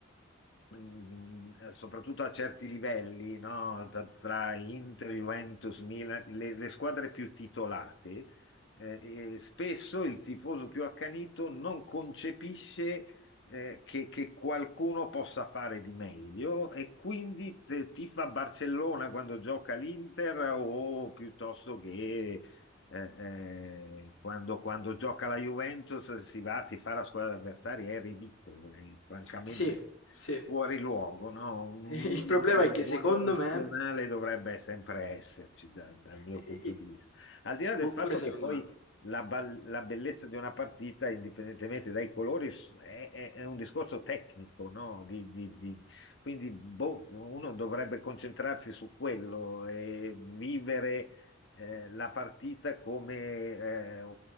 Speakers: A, on the left; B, on the left.
A: mm, eh, soprattutto a certi livelli, no? Tra, tra Inter, Juventus, Milan, le le squadre più titolate eh, e spesso il tifoso più accanito non concepisce eh, che, che qualcuno possa fare di meglio e quindi te- tifa Barcellona quando gioca l'Inter o piuttosto che eh, eh, quando, quando gioca la Juventus si va a tifare la squadra avversaria, è ridicolo, è francamente
B: sì, sì.
A: fuori luogo, no?
B: <laughs>
A: Un
B: Il
A: minimo
B: problema
A: di orgoglio
B: è che secondo
A: nazionale
B: me.
A: dovrebbe sempre esserci da- dal mio
B: E-
A: punto
B: e-
A: di vista. Al di là del
B: pu-
A: fatto
B: pure secondo
A: che poi
B: me.
A: la, ba- la bellezza di una partita, indipendentemente dai colori, s- è, è- è un discorso tecnico, no? Di- di- di- quindi boh, uno dovrebbe concentrarsi su quello e vivere eh, la partita come eh, u-